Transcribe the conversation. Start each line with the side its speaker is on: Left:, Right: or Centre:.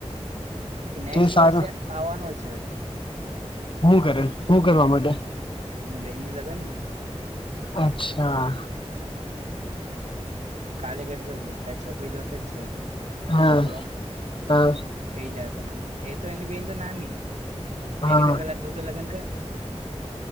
Right: એ નેક્સ્ટ
Left: તે સારું
Right: વર્ષે આવવાનો છે.
Left: હું કરે હું કરવા માટે
Right: એનું બેન નુ લગન ને
Left: અચ્છા,
Right: કાલે કેતો તો છોકરી જોતો જ છે.
Left: હા
Right: છોકરો
Left: હા
Right: થઈ જાય તો મ એ તો એની બેન તો નાની મેં
Left: હા
Right: કીધું પેલા તુ તો લગ્ન કર.